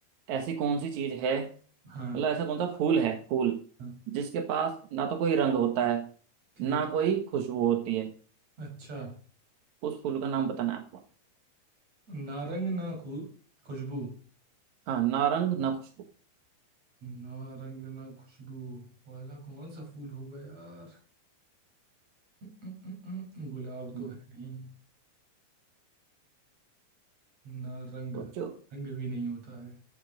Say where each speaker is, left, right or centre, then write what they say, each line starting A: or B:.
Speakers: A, on the right; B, on the right.
A: ऐसी कौन सी चीज है
B: हाँ
A: मतलब ऐसा कौन सा फूल है फूल
B: हाँ
A: जिसके पास ना तो कोई रंग होता है
B: ठीक
A: ना कोई खुशबू होती है
B: अच्छा
A: उस फूल का नाम बताना है आपको
B: ना रंग ना खु खुशबू
A: हाँ ना रंग ना खुशबू
B: ना रंग ना खुशबू वाला कौन सा फूल होगा यार उम, उम, उम, उम, गुलाब
A: हम्म,
B: तो है नहीं ना रंग
A: सोचो
B: रंग भी नहीं होता है